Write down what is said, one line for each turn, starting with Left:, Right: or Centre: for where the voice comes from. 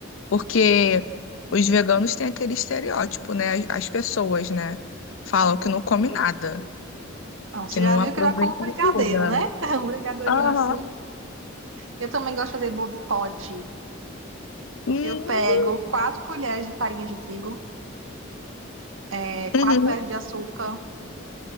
Left: Porque os veganos têm aquele estereótipo, né? As pessoas, né? Falam que não come nada,
Right: Ah, você
Left: que
Right: já
Left: não
Right: viu
Left: aproveita
Right: que eu já como brigadeiro,
Left: nada.
Right: né? <laughs> Um brigadeirinho
Left: Aham.
Right: assim. Eu também gosto de fazer bolo de pote.
Left: Hum,
Right: Eu pego quatro colheres de farinha de trigo, é, quatro
Left: Uhum.
Right: colheres de açúcar,